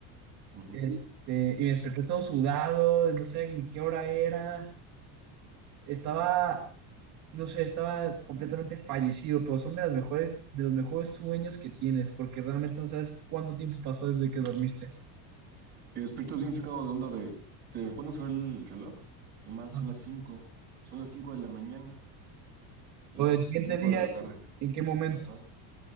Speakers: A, on the right (about 20°); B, on the right (about 40°).
A: Ujú.
B: este, y me desperté todo sudado, no sé ni qué hora era, estaba, no sé, estaba completamente fallecido, pero son de las mejores, de los mejores sueños que tienes, porque realmente no sabes cuánto tiempo pasó desde que dormiste.
A: Que despiertas bien sacado de onda de... Te pones a ver el reloj. Nomás
B: Ah.
A: son las cinco. Son las cinco de la mañana. ¿Y
B: O
A: no?
B: del siguiente
A: Cinco
B: día,
A: de la tarde.
B: ¿en qué momento?
A: Ajá.